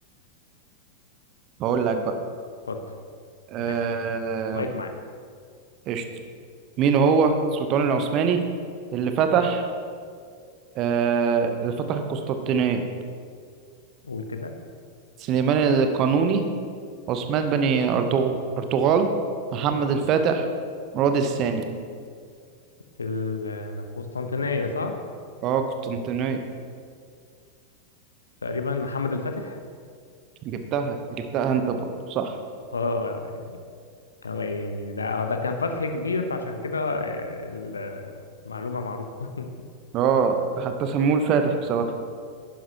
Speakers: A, on the right (about 35°); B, on the left (about 75°).
A: هقول لك بقى
B: اتفضل
A: آه،
B: معاك. مايك معاك
A: قشطة مين هو السلطان العثماني اللي فتح آه، اللي فتح القسطنطينية
B: قول كده
A: سليمان القانوني عثمان بن أرطغ- أرطغرل محمد الفاتح مراد الثاني
B: في القسطنطينية صح
A: اه قسطنطينية
B: تقريبا محمد الفاتح
A: جبتها جبتها انت برضه صح
B: اه يعني هو يعني ده ده كان فتح كبير فعشان كده آه، المعلومة معروفة <laughs>
A: اه حتى سموه الفاتح بسببها